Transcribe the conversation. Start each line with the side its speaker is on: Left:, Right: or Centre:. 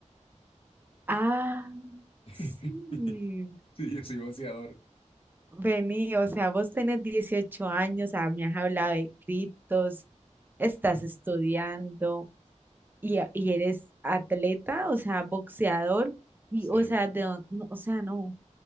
Right: ah,
Left: <laughs>
Right: sí.
Left: Sí, yo soy boxeador.
Right: Vení, o sea, vos tenés 18 años, ah, me has hablado de criptos, estás estudiando y, y eres atleta, o sea, boxeador, y,
Left: Sí.
Right: o sea, de, dó- no, o sea, no,